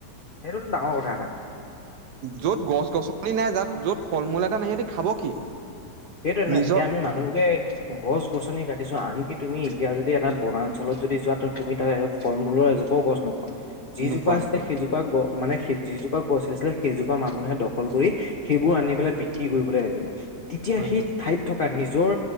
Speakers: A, on the left; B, on the right.
A: সেইটোতটো ডাঙৰ কথা এটা
B: যত গছ গছনি নাই যাত যত ফল মূল এটা নাই সিহতি খাব কি
A: সেইটোয়ে নহয়
B: নিজৰ
A: এতিয়া আমি মানুহকে গছ গছনি কাটিছো আনকি তুমি এতিয়া যদি এটা বঞ্চলত যদি যোৱা তুমি তাত ফল মূলৰ এজোপাও গছ নোপোৱা যিজোপা
B: নোপোৱা
A: আছিলে
B: নোপোৱা
A: সেইজোপা মানে সেই যিজোপা গছ আছিলে সেইজোপা মানুহে দখল কৰি সেইবোৰ আনি পেলাই বিক্ৰী কৰিবলৈ লাগিল এতিয়া
B: হয়
A: সেই
B: হয়।
A: ঠাইত থকা নিজৰ